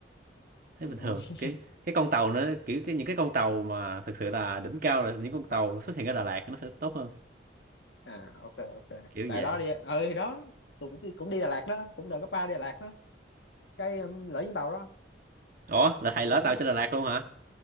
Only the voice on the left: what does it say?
<laughs>
à ok ok
tại
đó đi ừ thì đó tôi cũng đi, cũng đi Đà Lạt đó cũng đợt cấp ba đi Đà Lạt đó cái um, lỡ chuyến tàu đó
ừ,